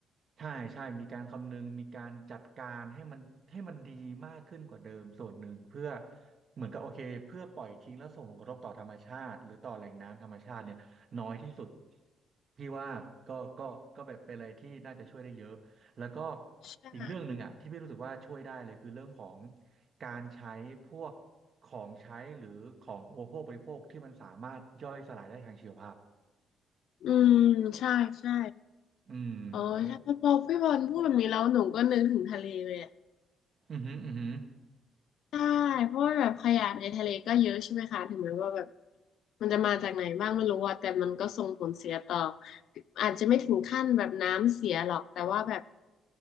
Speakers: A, on the right; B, on the left.
A: ใช่ใช่มีการคำนึงมีการจัดการให้มันให้มันดีมากขึ้นกว่าเดิมส่วนหนึ่งเพื่อเหมือนกับโอเคเพื่อปล่อยทิ้งและส่งผลกระทบต่อธรรมชาติหรือต่อแหล่งน้ำธรรมชาติเนี่ยน้อยที่สุดพี่ว่าก็ก็ก็แบบเป็นอะไรที่น่าจะช่วยได้เยอะแล้วก็
B: ใช่
A: อีกเรื่องหนึ่งอ่ะที่พี่รู้สึกว่าช่วยได้เลยคือเรื่องของการใช้พวกของใช้หรือของอุปโภคบริโภคที่มันสามารถย่อยสลายได้ทางชีวภาพ
B: อืมใช่ใช่
A: อืมเพราะ
B: อ๋อใช่พอพอพี่บอลพูดแบบนี้แล้วหนูก็นึกถึงทะเลเลยอะ
A: อือหืออือหือ
B: ใช่เพราะว่าแบบขยะในทะเลก็เยอะใช่ไหมคะถึงแม้ว่าแบบมันจะมาจากไหนบ้างไม่รู้อะแต่มันก็ส่งผลเสียต่ออาจจะไม่ถึงขั้นแบบน้ำเสียหรอกแต่ว่าแบบ